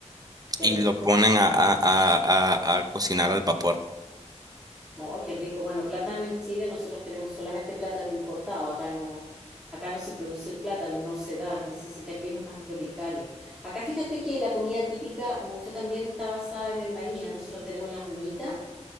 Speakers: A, in the centre; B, on the right.
A: qué
B: y
A: rico.
B: lo ponen a, a, a, a, a cocinar al vapor.
A: Oh, qué rico. Bueno, plátano en Chile, nosotros tenemos solamente plátano importado. Acá no, acá no se produce el plátano, no se da, necesita climas más tropicales. Acá fíjate que la comida típica, mucha también está basada en el maíz. Ah, Nosotros tenemos las humitas,